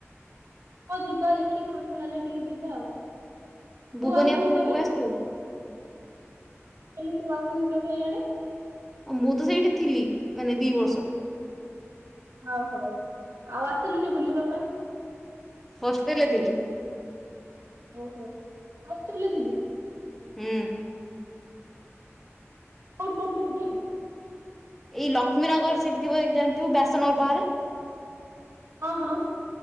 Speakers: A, on the right; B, in the centre.
A: ହଁ ଯିବା ଦେଖି ଫାଙ୍କା ହେଲେ ଟିକେ ଯିବା ଆଉ ତୁ
B: ଭୁବନିଆ
A: ଆସୁନୁ
B: ପୁରରୁ
A: କେବେ?
B: ଆସିଛୁ?
A: କାଲି ତୁ ଆସନ୍ତୁ କେବେ ଇଆଡେ
B: ମୁଁ ତ ସେଇଠି ଥିଲି ମାନେ ଦି ବର୍ଷ।
A: ଓ ହୋ ଆଉ ଆସିଲୁନି ବୁଲିବା ପାଇଁ?
B: ହଷ୍ଟେଲ ରେ ଥିଲି।
A: ଓହୋ ହୋଷ୍ଟେଲେ ରେ ଥିଲୁ?
B: ହୁଁ।
A: କୋଉଠି କରୁଥିଲୁ କି?
B: ଏଇ ଲକ୍ଷ୍ମୀନଗର ସେଠି ଥିବ ଜାଣିଥିବୁ ବ୍ୟାସନଗର ବାହାରେ?
A: ହଁ ହଁ।